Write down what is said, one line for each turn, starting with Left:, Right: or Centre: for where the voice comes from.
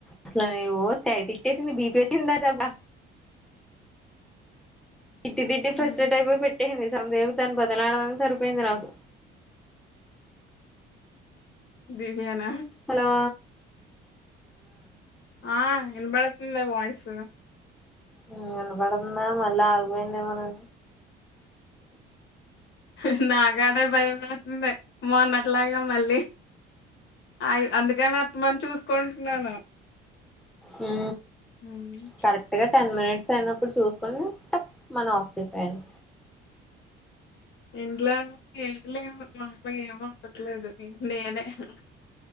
Centre: అస్సలు అని ఓ తెగ తిట్టేసింది బీపీ వచ్చిందిదటబ్బా తిట్టి తిట్టి ఫ్రస్టేట్
Left: హ్మ్.
Centre: ఐపోయి పెట్టేసింది <unintelligible> తనని బతిమలాడానికే సరిపోయింది నాకు
Left: బిరియాన
Centre: హలో
Left: ఆ వినపడు ఉందే వాయిస్
Centre: ఉ వినపడుతుందా మల్ల ఆగిపోయిందేమో అని
Left: హుహు నాకు అదే భయం వేసింది మొన్నట్లాగా మళ్లీ అయ్యి అందుకని అర్థమని చూసుకుంటున్నాను
Centre: యూ
Left: హ్మ్.
Centre: కరెక్ట్ గా టెన్ మినిట్స్ అయినప్పుడు చూసుకుని టప్మని ఆఫ్ చేశాను
Left: ఇంట్లో ఏమి లేవు మా అమ్మ ఏం వండట్లేదు నేనే హాహా